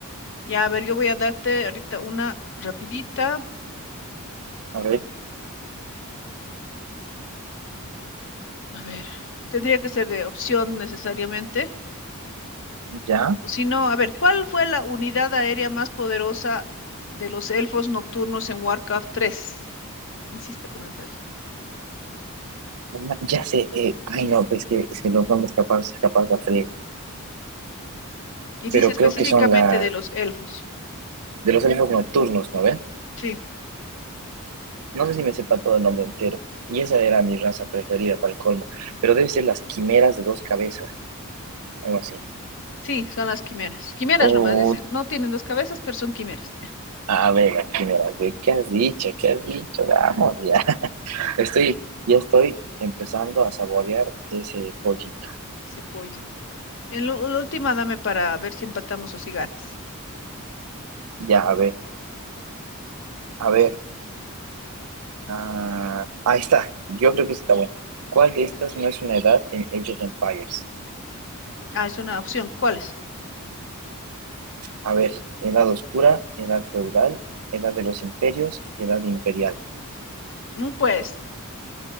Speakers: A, on the left; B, on the right.
A: Ya, a ver, yo voy a darte ahorita una rapidita,
B: a ver,
A: a ver, tendría que ser de opción necesariamente.
B: ya,
A: Si no, a ver, ¿cuál fue la unidad aérea más poderosa de los elfos nocturnos en Warcraft tres? Insiste con el 3.
B: Una- ya sé, eh, ay no, pues es que, es que los nombres capaz, capaz va a salir,
A: Y dice
B: pero
A: específicamente
B: creo que son las,
A: de los elfos.
B: de los elfos nocturnos, ¿no ven?
A: Sí,
B: No sé si me sepa todo el nombre entero, y esa era mi raza preferida para el colmo, pero debe ser las quimeras de dos cabezas, algo así.
A: sí, son las quimeras. Quimeras
B: Oh,
A: nomás dicen. No tienen dos cabezas, pero son quimeras. <laughs>
B: a ver, las quimeras, ¿de qué has dicho? ¿Qué has dicho? Vamos, ya, <laughs> estoy, ya estoy empezando a saborear ese pollito.
A: Ese pollo. Y en lo- la última dame para ver si empatamos o si ganas.
B: Ya, a ver, a ver. Ah, ahí está. Yo creo que sí está bueno. ¿Cuál de estas no es una edad en Age of Empires?
A: Ah, es una opción. ¿Cuál es?
B: A ver, edad oscura, edad feudal, edad de los imperios y edad imperial.
A: Mm, Pues,